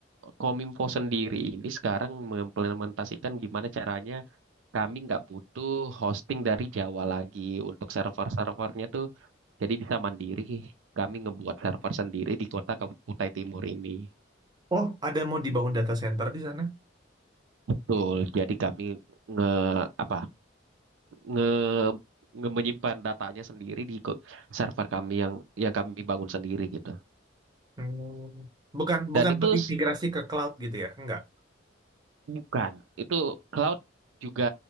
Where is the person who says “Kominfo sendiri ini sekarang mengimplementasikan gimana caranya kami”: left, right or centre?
Right